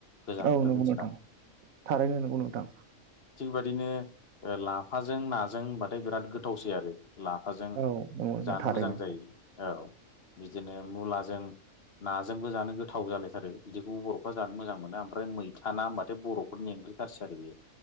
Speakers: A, on the left; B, on the right.
A: गोजां
B: औ
A: बोथोरनि
B: नंगौ नोंथां
A: दिनाव
B: थारैनो नंगौ नोंथां
A: थिग बादिनो लाफाजों नाजों होनबाथाय बिराद गोथावसै आरो लाफाजों
B: औ नंगौ नोंथां
A: जानो
B: थारैनो
A: मोजां जायो औ बिदिनो मुलाजों नाजोंबो जानो गोथाव जालायथारो बिदिखौबो बर'फ्रा जानो मोजां मोनो ओमफ्राय मैथा ना होनबाथाय बर'फोरनि ओंख्रिथारसै आरो बेयो